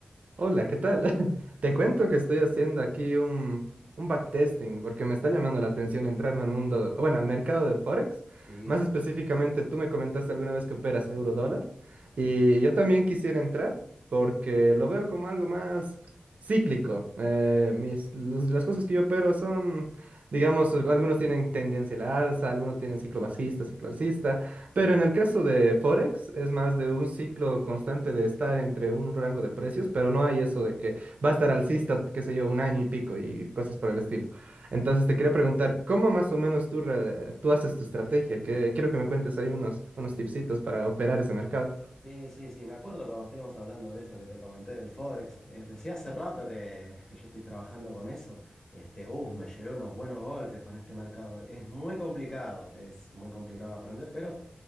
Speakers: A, on the right; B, on the left.
A: Hola, ¿qué tal? <laughs> Te cuento que estoy haciendo aquí un, un backtesting porque me está
B: Ah,
A: llamando la atención entrarme al mundo, bueno, al mercado de Forex.
B: sí,
A: Más
B: sí.
A: específicamente, tú me comentaste alguna vez que operas euro-dólar y
B: ujú,
A: yo también quisiera entrar porque lo veo como algo más cíclico. Eh, mis, los- las cosas que yo opero son, digamos, algunos tienen tendencia a la alza, algunos tienen ciclo bajista, ciclo alcista.
B: Sí,
A: Pero en el caso de Forex, es más de un ciclo constante de estar entre un rango de precios, pero no hay eso de que va a estar alcista, qué sé yo, un año y pico y cosas por el estilo. Entonces te quería preguntar, ¿cómo más o menos tú, re- tú haces tu estrategia? Que quiero que me cuentes ahí unos, unos tipsitos para operar ese mercado.
B: sí, sí, sí. Me acuerdo cuando estuvimos hablando de eso que te comenté del Forex. Eh, decía hace rato que, que yo estoy trabajando con eso. Este, uff, me llevé unos buenos golpes con este mercado. Es muy complicado, es muy complicado aprender, pero